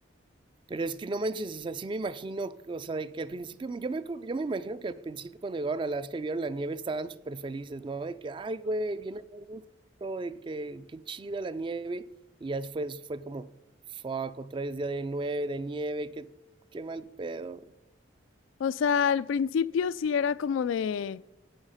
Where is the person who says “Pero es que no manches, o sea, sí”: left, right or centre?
Right